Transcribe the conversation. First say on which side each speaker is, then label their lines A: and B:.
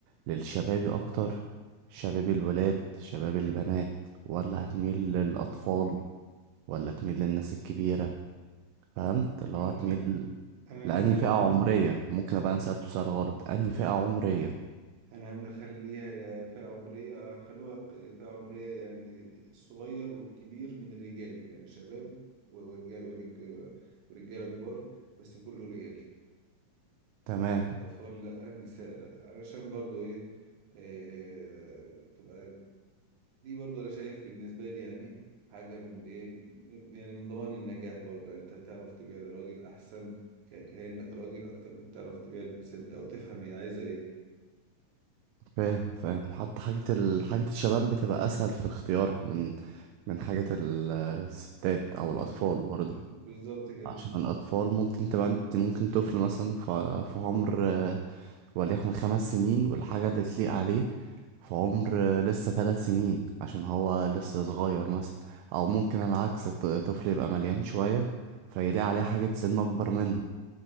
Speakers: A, on the right (about 90°); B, on the right (about 70°).
A: للشبابي أكتر شباب الولاد شباب البنات ولا هتميل للأطفال ولا تميل للناس الكبيرة فهمت اللي
B: أنا
A: هو هتميل
B: أنا
A: لأنهي
B: أعملها
A: فئة عمرية ممكن أبقى أنا سألته سؤال غلط أنهي فئة عمرية
B: انا بخليها فئة عمرية اخلوها ق- فئة عمرية يعني الصغير والكبير من الرجالي يعني شباب ورجال ورجال ورجالة كبار بس كله رجالي
A: تمام
B: اطفال لا نساء لا علشان برضو ايه آه، تبقى دي برضو انا شايف بالنسبة لي يعني حاجة من ايه م- يعني من ضمان النجاح برضو يعني انت تعرف تبيع لراجل احسن ك- كأنك راجل اكتر من تعرف تبيع لست او تفهم هي عايزة ايه
A: فاهم فاهم حتى حاجة ال... حاجة الشباب بتبقى أسهل في اختيارها من من حاجة ال- الستات أو الأطفال
B: بال-
A: برضه
B: بال- بالظبط كده
A: عشان الأطفال ممكن تبقى انت ممكن طفل مثلا ف- في عمر آه، وليكن خمس سنين والحاجة اللي تليق عليه في عمر آه، لسه ثلاث سنين عشان هو لسه صغير مثلا أو ممكن العكس الط- طفل يبقى مليان شوية فيلاقي عليه حاجة سن أكبر منه